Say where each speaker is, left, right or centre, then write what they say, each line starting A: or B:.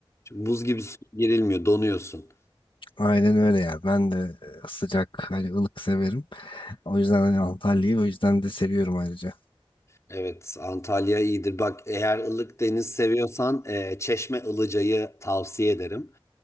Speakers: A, on the left; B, on the left.
A: buz gibi su girilmiyor donuyorsun.
B: Aynen öyle ya. Ben de e, sıcak, hani ılık severim. O yüzden hani Antalya'yı o yüzden de seviyorum ayrıca.
A: Evet Antalya iyidir. Bak eğer ılık deniz seviyorsan e, Çeşme Ilıca'yı tavsiye ederim.